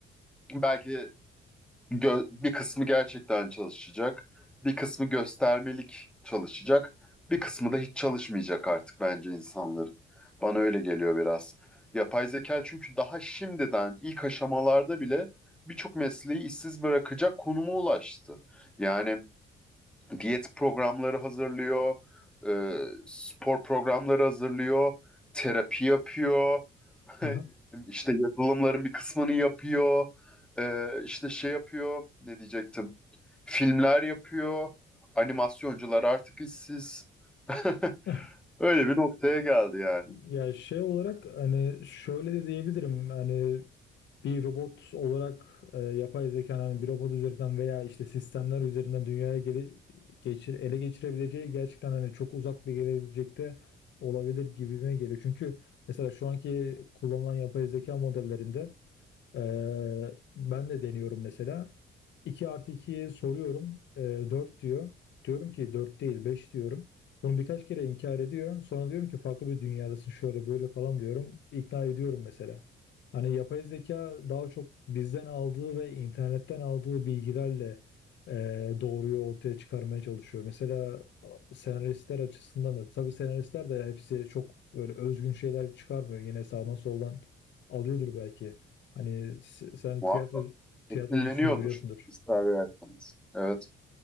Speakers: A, in the centre; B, on the left.
A: belki Gö- bir kısmı gerçekten çalışacak, bir kısmı göstermelik çalışacak, bir kısmı da hiç çalışmayacak artık bence insanların. Bana öyle geliyor biraz. Yapay zeka çünkü daha şimdiden ilk aşamalarda bile birçok mesleği işsiz bırakacak konuma ulaştı. Yani diyet programları hazırlıyor, e, spor programları hazırlıyor, terapi yapıyor. <laughs>
B: Aha.
A: İşte yazılımların bir kısmını yapıyor. Ee, işte şey yapıyor. Ne diyecektim? Filmler yapıyor. Animasyoncular artık işsiz. <laughs>
B: <laughs>
A: Öyle bir noktaya geldi yani.
B: Ya şey olarak hani şöyle de diyebilirim hani bir robot olarak e, yapay zeka hani bir robot üzerinden veya işte sistemler üzerinden dünyaya gele, geçir, ele geçirebileceği gerçekten hani çok uzak bir gelecekte olabilir gibime geliyor. Çünkü mesela şu anki kullanılan yapay zeka modellerinde ee, ben de deniyorum mesela. 2 artı 2'ye soruyorum. Ee, 4 diyor. Diyorum ki dört değil beş diyorum. Bunu birkaç kere inkar ediyor. Sonra diyorum ki farklı bir dünyadasın şöyle böyle falan diyorum. İkna ediyorum mesela. Hani yapay zeka daha çok bizden aldığı ve internetten aldığı bilgilerle e, doğruyu ortaya çıkarmaya çalışıyor. Mesela senaristler açısından da tabii senaristler de hepsi çok böyle özgün şeyler çıkarmıyor. Yine sağdan soldan alıyordur belki Hani s- sen
A: Muhakkak.
B: tiyatro tiyatrocusun
A: Etkileniyordur.
B: da biliyorsundur.
A: İster verseniz. Evet.